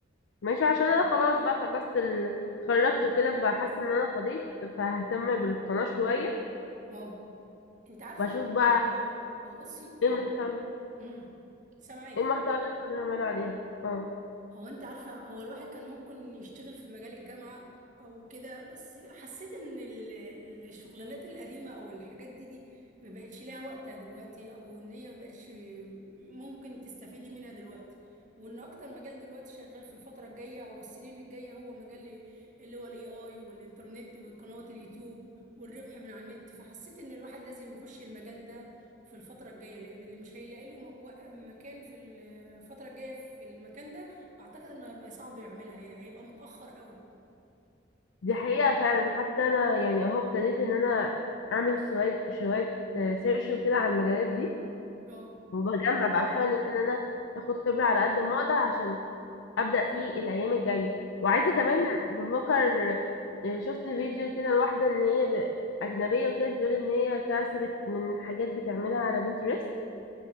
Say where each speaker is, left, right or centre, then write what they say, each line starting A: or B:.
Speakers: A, on the left (about 80°); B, on the right (about 40°).
A: ماشي عشان انا خلاص بقى خلصت ال- اتخرجت وكده فحاسه ان انا فضيت فههتم بالقناه شويه
B: اه انت عارفة
A: واشوف بقى
B: هو هو بصي هو
A: ايه المحتوى
B: امم سامعاكي
A: ايه المحتوى اللي انا بعمله عليها اه
B: هو انت عارفة هو الواحد كان ممكن يشتغل في مجال الجامعة او كده بس حسيت ان ال- ال- الشغلانات القديمة او الحاجات دي دي ما بقتش ليها وقتها دلوقتي او ان هي ما بقتش ممكن تستفيدي منها دلوقتي وان اكتر مجال دلوقتي شغال في الفترة الجاية او السنين الجاية هو مجال اللي هو الاي اي والانترنت وقنوات اليوتيوب والربح من على النت فحسيت ان الواحد لازم يخش المجال ده في الفترة الجاية لأن اللي مش هيلاقي له مك- مكان في الفترة الجاية في المكان ده فاعتقد انه هيبقى صعب يعملها هي هيبقى متاخر قوي
A: دي حقيقه فعلا حتى انا يعني اهو ابتديت ان انا اعمل شويه شويه سيرش وكده على المجالات دي
B: اه
A: وبجمع بقى بحاول ان انا اخد خبره على قد ما اقدر عشان ابدا فيه الايام الجايه وعايزه كمان بفكر آه، شفت فيديو كده لواحده ان هي ب- اجنبيه وكده بتقول ان هي كسبت من حاجات بتعملها على بنترست